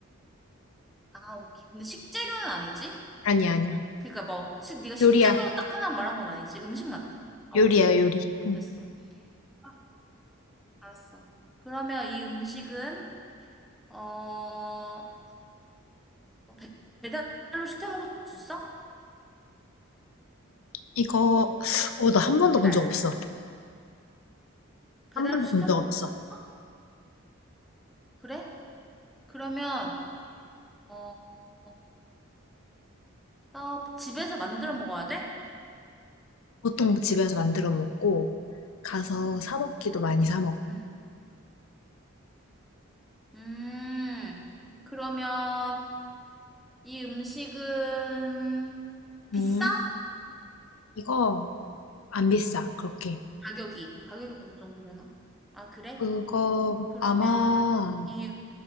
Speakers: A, in the centre; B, on the left.
A: 아, 오케이. 근데 식재료는 아니지?
B: 아니야, 아니야.
A: 그러니까 뭐, 식, 네가 식재료
B: 요리야,
A: 딱 하나 말한 건 아니지? 음식 맞지? 아,
B: 요리야,
A: 오케이, 오케이.
B: 요리.
A: 그럼
B: 음.
A: 됐어. 아, 알았어. 그러면 이 음식은, 어, 어, 배- 배달로 시켜 먹을 수 있어?
B: 이거, 어, 나 한 번도
A: 배달.
B: 본 적 없어.
A: 배달로
B: 한 번도
A: 시켜
B: 본 적
A: 먹을
B: 없어.
A: 수 있어? 그래? 그러면, 어, 어, 아, 집에서 만들어 먹어야 돼?
B: 보통 집에서 만들어 먹고, 가서 사 먹기도 많이 사 먹어.
A: 응. 음, 그러면 이 음식은 비싸?
B: 음, 이거 안 비싸, 그렇게.
A: 가격이, 가격이 어느 정도려나? 아, 그래?
B: 그거
A: 그러면
B: 아마,
A: 이,